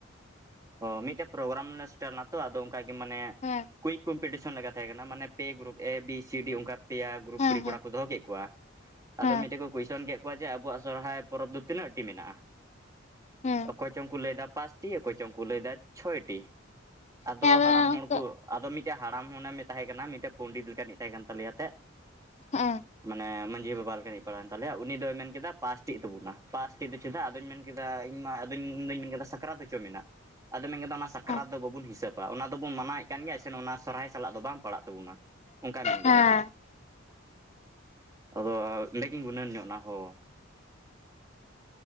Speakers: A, on the right (about 15°); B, on the left (about 35°).
A: ᱚ ᱢᱤᱫᱴᱮᱱ ᱯᱨᱳᱜᱨᱟᱢ ᱞᱮ ᱥᱮᱴᱟᱨ ᱞᱮᱱᱟ ᱛᱚ ᱟᱫᱚ ᱚᱱᱠᱟᱜᱮ ᱢᱟᱱᱮ
B: ᱦᱮᱸ
A: ᱠᱩᱭᱤᱠ ᱠᱚᱢᱯᱤᱴᱤᱥᱮᱱ ᱞᱮᱠᱟ ᱛᱟᱦᱮᱸ ᱠᱟᱱᱟ ᱢᱟᱱᱮ ᱯᱮ ᱜᱩᱨᱩᱯ ᱮ ᱵᱤ ᱥᱤ ᱰᱤ ᱚᱱᱠᱟ ᱯᱮᱭᱟ ᱜᱩᱨᱩᱯ
B: ᱦᱮᱸ
A: ᱠᱩᱲᱤ
B: ᱦᱮᱸ
A: ᱠᱚᱲᱟ ᱠᱚ ᱫᱚᱦᱚ ᱠᱮᱫ ᱠᱚᱣᱟ ᱟᱫᱚ
B: ᱦᱮᱸ
A: ᱢᱤᱫᱴᱮᱡ ᱠᱚ ᱠᱩᱥᱪᱮᱱ ᱠᱮᱫ ᱠᱚᱣᱟ ᱡᱮ ᱟᱵᱚᱣᱟᱜ ᱥᱚᱨᱦᱟᱭ ᱯᱚᱨᱚᱵᱽ ᱫᱚ ᱛᱤᱱᱟᱹᱜ ᱴᱤ ᱢᱮᱱᱟᱜᱼᱟ
B: ᱦᱮᱸ
A: ᱚᱠᱚᱭ ᱪᱚᱝ ᱠᱚ ᱞᱟᱹᱭᱫᱟ ᱯᱟᱸᱪᱴᱤ ᱚᱠᱚᱭ ᱪᱚᱝ ᱠᱚ ᱞᱟᱹᱭᱫᱟ ᱪᱷᱚᱭᱴᱤ ᱟᱫᱚ
B: ᱦᱮᱸ
A: ᱦᱟᱲᱟᱢ
B: ᱦᱮᱸ
A: ᱦᱚᱲ ᱠᱚ ᱟᱫᱚ ᱢᱤᱫᱴᱮᱱ ᱦᱟᱲᱟᱢ ᱦᱚᱱᱟᱢᱮᱸ ᱛᱟᱦᱮᱸ ᱠᱟᱱᱟ ᱢᱤᱫᱴᱮᱱ ᱯᱚᱱᱰᱤᱛ ᱞᱮᱠᱟᱱᱤᱡ ᱛᱟᱦᱮᱸ ᱠᱟᱱ ᱛᱟᱞᱮᱭᱟ ᱮᱱᱛᱮᱜ
B: ᱦᱮᱸᱻᱮᱸᱻ
A: ᱢᱟᱱᱮ ᱢᱟᱺᱡᱷᱤ ᱵᱟᱵᱟ ᱞᱮᱠᱟᱠᱤᱡ ᱯᱟᱲᱟᱣᱮᱱ ᱛᱟᱞᱮᱭᱟ ᱩᱱᱤ ᱫᱚᱭ ᱢᱮᱱ ᱠᱮᱫᱟ ᱯᱟᱥᱴᱤᱜ ᱛᱟᱵᱚᱱᱟ ᱯᱟᱥᱴᱤᱜ ᱫᱚ ᱪᱮᱫᱟᱜ ᱟᱫᱚᱧ ᱢᱮᱱ ᱠᱮᱫ ᱠᱮᱫᱟ ᱤᱧ ᱢᱟ ᱟᱫᱚᱧ ᱤᱫᱚᱧ ᱢᱮᱱ ᱠᱮᱫᱟ ᱥᱟᱠᱨᱟᱛ ᱦᱚᱪᱚ ᱢᱮᱱᱟᱜ ᱟᱫᱚ ᱢᱮᱱ ᱠᱮᱫᱟ ᱚᱱᱟ ᱥᱟᱠᱨᱟᱛ
B: ᱦᱮᱸ
A: ᱫᱚ ᱵᱟᱵᱚᱱ ᱦᱤᱥᱟᱹᱵᱽᱼᱟ ᱚᱱᱟ ᱫᱚᱵᱚᱱ ᱢᱟᱱᱟᱭᱮ ᱠᱟᱱ ᱜᱮᱭᱟ ᱥᱮ ᱚᱱᱟ ᱥᱚᱨᱦᱟᱭ ᱥᱟᱞᱟᱜ ᱫᱚ ᱵᱟᱝ ᱯᱟᱲᱟᱜ ᱛᱟᱵᱚᱱᱟ ᱚᱱᱠᱟᱭ ᱢᱮᱱ
B: ᱦᱮᱸ
A: ᱠᱮᱫᱟ ᱟᱫᱚ ᱟᱨ ᱚᱸᱰᱮ ᱜᱤᱧ ᱜᱩᱱᱟᱹᱱ ᱧᱚᱜ ᱱᱟ ᱦᱚ